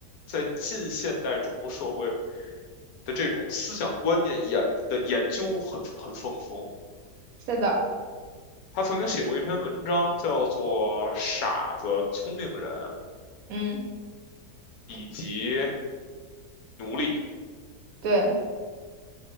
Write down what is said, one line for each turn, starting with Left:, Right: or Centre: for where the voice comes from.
Left: 在近现代中国社会的这种思想观念研的研究很很丰富。
Right: 是的，
Left: 他曾经写过一篇文章，叫做《傻子、聪明人
Right: 嗯，
Left: 以及奴隶》，
Right: 对，